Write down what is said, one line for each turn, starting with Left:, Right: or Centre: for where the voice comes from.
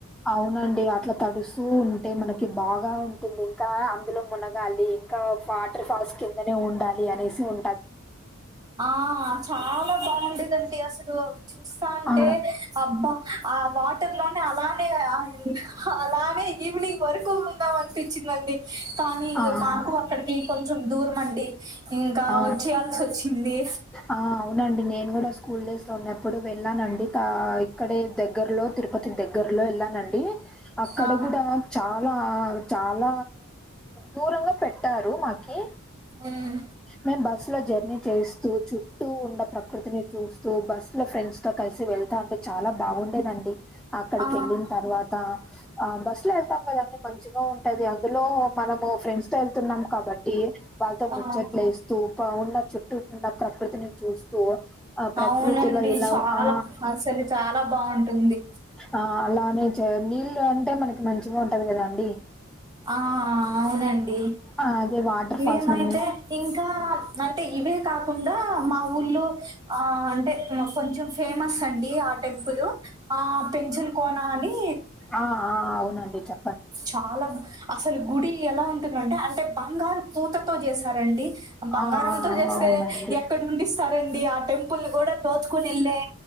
Centre: అవునండి అట్ల తడుస్తూ ఉంటే మనకి బాగ ఉంటుంది ఇంకా అందులో మునగాలి ఇంకా ఫాటర్ ఫాల్స్ కిందనే ఉండాలి అనేసి ఉ
Right: ఆ చాల బాగుండేదండి అసలు చూస్తంటే
Centre: ఆ
Right: అబ్బా ఆ వాటర్ లోనే అలానే హా అలానే ఈవినింగ్ వరకు ఉందాం అనిపిచిందండి కానీ
Centre: ఆ
Right: మాకు అక్కడికి కొంచెం దూరం అండి ఇంకా
Centre: ఆ
Right: ఓచ్చేయాల్సి ఓచ్చింది
Centre: ఆ అవునండి నేను గుడ స్కూల్ డేస్ లో ఉన్నప్పుడు వెళ్ళానండి త ఇక్కడే దగ్గర్లో తిరుపతి దగ్గర్లో ఎళ్ళానండి అక్కడ
Right: ఆ
Centre: గుడా చాలా చాల దూరంగ పెట్టారు మాకి
Right: ఉమ్
Centre: మేం బస్ లో జర్నీ చేస్తూ చుట్టూ ఉన్న ప్రకృతిని చూస్తూ బస్లో ఫ్రెండ్స్ కలిసి వెళ్తంటే చాలా బాగుండేదండి అక్కడికి
Right: ఆ
Centre: ఎళ్ళిన్ తర్వాత్ ఆ బస్సులో ఎళ్తాం కదండి మంచిగ ఉంటది అందులో మనము ఫ్రెండ్స్ తో ఎళ్తున్నాం కాబట్టి వాళ్ళతో <unintelligible>
Right: ఆ
Centre: లేస్తూ ఉన్న ప చుట్టూ ఉన్న ప్రకృతిని చూస్తూ ఆ ప్రకృతిలో
Right: అవునండి
Centre: ఇలా
Right: చాల
Centre: ఆ
Right: అసలు చాల బావుంటుంది
Centre: ఆ అలానే నీళ్ళు అంటే మనకి మంచిగా ఉంటది గదా అండి
Right: ఆ ఆవునండి
Centre: ఆ అదే వాటర్
Right: మేమైతే
Centre: ఫాల్స్ మన్ని
Right: ఇంకా అంటే ఇవే కాకుండ మా ఊర్లో ఆ అంటే కొంచెం ఫేమస్ అండి టెంపులు ఆ పెంచుల కోన అని
Centre: ఆ ఆ అవునండి చె
Right: చాల అసలు గుడి ఎలా ఉంటుదంటే అంటే బంగారు పూతతో చేసారండి బంగారంతో
Centre: ఆ ఆ ఆ
Right: చేస్తే
Centre: అవునండి
Right: ఎక్కడ ఉండిస్తారండి ఆ టెంపుల్ ను గుడా దోచుకుని ఎళ్ళే